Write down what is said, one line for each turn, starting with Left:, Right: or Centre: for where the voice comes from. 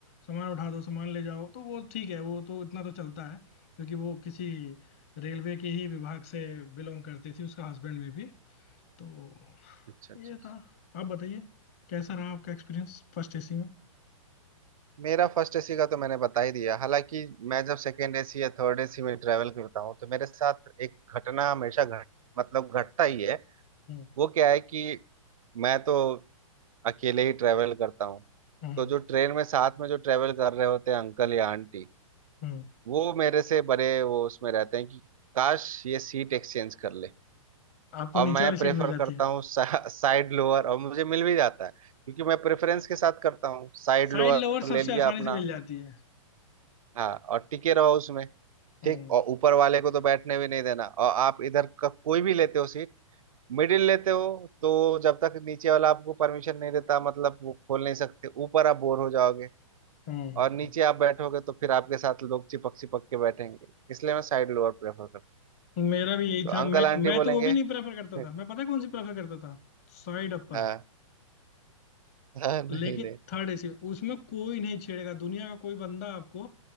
Left: सामान उठा दो सामान ले जाओ तो वो ठीक है वो तो इतना तो चलता है क्योंकि वो किसी रेलवे के ही विभाग से बिलोंग करती थी उसका हस्बैंड में भी तो
Right: अच्छा अच्छा
Left: ये
Right: अच्छा।
Left: था आप बताइए कैसा रहा आपका एक्सपीरियंस फर्स्ट एसी में
Right: मेरा फर्स्ट एसी का तो मैंने बता ही दिया हालांकि मैं जब सेकेंड एसी या थर्ड एसी में ट्रैवल करता हूँ तो मेरे साथ एक घटना हमेशा घट मतलब घटता ही है
Left: हम्म।
Right: वो क्या है कि मैं तो अकेले ही ट्रैवल करता हूँ
Left: हम्म
Right: तो जो ट्रेन में साथ में जो ट्रैवल कर रहे होते हैं अंकल या आंटी
Left: हम्म
Right: वो मेरे से बड़े वो उसमें रहते हैं कि काश ये सीट एक्सचेंज कर ले
Left: आपको
Right: और
Left: नीचे
Right: मैं
Left: वाली
Right: प्रेफर
Left: सीट मिल जाती
Right: करता
Left: है
Right: हूँ सा, साइड लोअर और मुझे मिल भी जाता है क्योंकि मैं प्रेफरेंस के साथ करता हूँ साइड
Left: साइड
Right: लोअर
Left: लोअर सबसे
Right: ले लिया
Left: आसानी
Right: अपना
Left: से मिल जाती है
Right: हाँ और टिके रहो उसमें
Left: हम्म
Right: ठीक और ऊपर वाले को तो बैठने भी नहीं देना और आप इधर का कोई भी लेते हो सीट मिडिल लेते हो तो जब तक नीचे वाला आपको परमिशन नहीं देता मतलब वो खोल नहीं सकते ऊपर आप बोर हो जाओगे
Left: हम्म
Right: और नीचे आप बैठोगे तो फिर आपके साथ लोग चिपक चिपक के बैठेंगे इसलिए मैं साइड लोअर प्रेफर करता हूं।
Left: मेरा भी यही
Right: तो
Left: था
Right: अंकल
Left: मैं
Right: आंटी
Left: मैं
Right: बोलेंगे
Left: तो वो भी नहीं प्रेफर करता
Right: <laughs>
Left: था मैं पता है कौन सी प्रेफर करता था Side upper
Right: हाँ हाँ नहीं
Left: लेकिन
Right: नहीं
Left: थर्ड एसी उसमें कोई नहीं छेड़ेगा दुनिया का कोई बंदा आपको